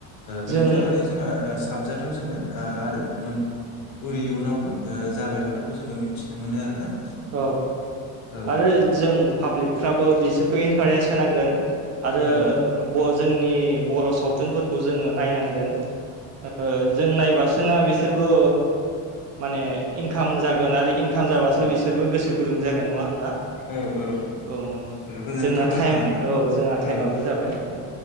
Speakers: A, on the left (about 55°); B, on the right (about 40°).
A: बेनिफ्राय
B: जों
A: माने जोंहा साबजाथाव जोङो आरो मोन इयुनावबो जाबाय थागोनखौ जोङो मिथिनो मोनो आरोना
B: औ
A: औ
B: आरो जों पाब्लिफ्राबो बिसोरखौ इनकारेज होनांगोन आरो
A: औ
B: ब' जोंनि बर' सावथुनफोरखौ जोङो नायनांगोन ओ जों नायबासोना बिसोरबो माने इनकाम जागोन आरो इनकाम जाबासो
A: औ
B: बिसोरबो गोसो गुदुं जागोन नङा होनबा।
A: औ ओ
B: औ नंगौ।
A: गोजोननाय
B: जोंना
A: थाबाय
B: टाइम
A: होमबा नोंथां
B: औ जोंहा टाइमाबो
A: औ
B: जाबाय। दे।